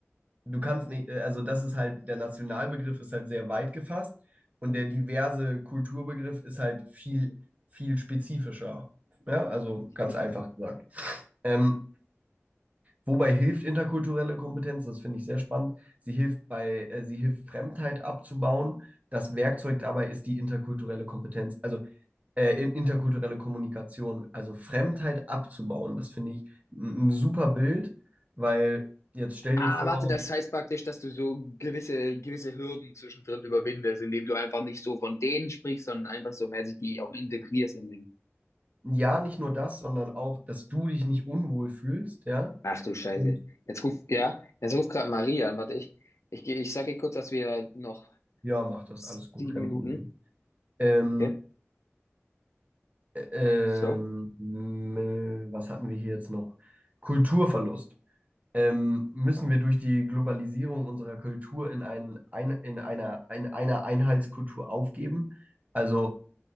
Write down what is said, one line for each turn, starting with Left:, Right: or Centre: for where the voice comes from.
Right: du kannst nicht, äh, also das ist halt, der Nationalbegriff ist halt sehr weit gefasst und der diverse Kulturbegriff ist halt viel, viel spezifischer. Ja, also
Left: Mhm.
Right: ganz einfach gesagt. Ähm, wobei hilft interkulturelle Kompetenz, das finde ich sehr spannend. Sie hilft bei, äh, sie hilft Fremdheit abzubauen. Das Werkzeug dabei ist die interkulturelle Kompetenz. Also äh, in- interkulturelle Kommunikation, also Fremdheit abzubauen. Das finde ich ein ein super Bild, weil jetzt stell
Left: Ah,
Right: dir vor,
Left: warte, das heißt praktisch, dass du so gewisse, gewisse Hürden zwischendrin überwindest, indem du einfach nicht so von denen sprichst, sondern einfach so mäßig die auch integrierst in den
Right: ja, nicht nur das, sondern auch, dass du dich nicht unwohl fühlst, ja.
Left: Ach du Scheiße.
Right: Und
Left: Jetzt ruft, ja, jetzt ruft gerade Maria an. Warte, ich, ich gehe, ich sage ihr kurz, dass wir noch
Right: ja, mach das,
Left: sieben
Right: alles gut, kein
Left: Minuten.
Right: Problem. Ähm,
Left: Okay,
Right: äh, ähm,
Left: so.
Right: m- was hatten wir hier jetzt noch? Kulturverlust. Ähm, müssen wir durch die Globalisierung unserer Kultur in, ein, ein, in einer, in einer Einheitskultur aufgeben? Also